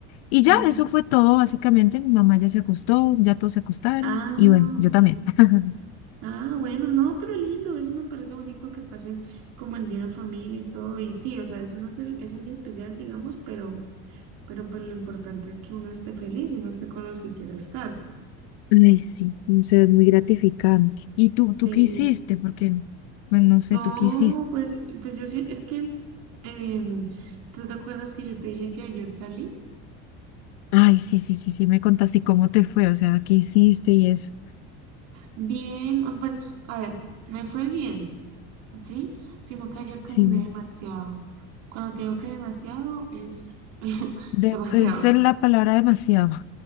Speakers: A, on the left (about 85°); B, on the right (about 60°).
A: Y
B: ujú.
A: ya, eso fue todo, básicamente. Mi mamá ya se acostó, ya todos se acostaron.
B: Ah,
A: Y bueno, yo
B: ok.
A: también. <laughs>
B: Ah, bueno, no, pero lindo, eso me parece bonito que pasen como el día en familia y todo. Y sí, o sea, es una cel- es un día especial, digamos, pero, pero pues lo importante es que uno esté feliz y uno esté con los que quiera estar.
A: Ay, sí, o sea, es muy gratificante. ¿Y tú, tú
B: sí
A: qué hiciste? Porque, bueno, no sé,
B: No,
A: ¿tú qué hiciste?
B: pues, pues yo sí, es que, em, ¿tú te acuerdas que yo te dije que ayer salí?
A: Ay, sí, sí, sí, sí, me contaste ¿y cómo te fue, o sea, qué hiciste y eso.
B: Bien, o sea, pues, a ver, me fue bien, ¿sí? Sino que ayer caminé
A: Sí,
B: demasiado. Cuando te digo que demasiado, es <laughs>
A: de,
B: demasiado.
A: esa es la palabra demasiado.